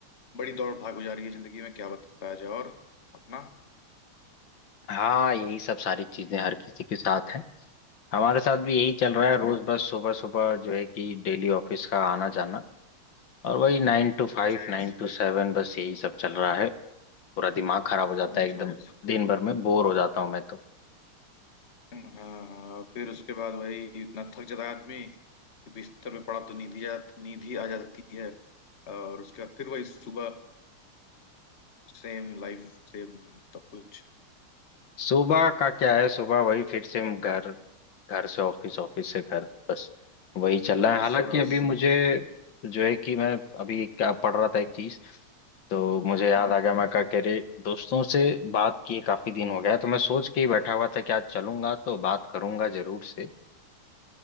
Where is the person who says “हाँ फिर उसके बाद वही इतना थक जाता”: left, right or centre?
Left